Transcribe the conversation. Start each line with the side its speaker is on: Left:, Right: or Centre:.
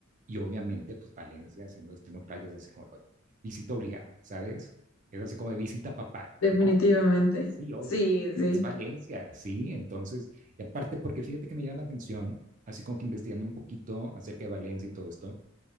Right: y obviamente, pues Valencia siendo destino de playa es así como, oye, visita obligada, ¿sabes? Es así como de visita papal,
Left: definitivamente.
Right: ¿no? Sí, oye,
Left: Sí, sí.
Right: es Valencia, sí. Entonces, y aparte, porque fíjate que me llama la atención, así como que investigando un poquito acerca de Valencia y todo esto,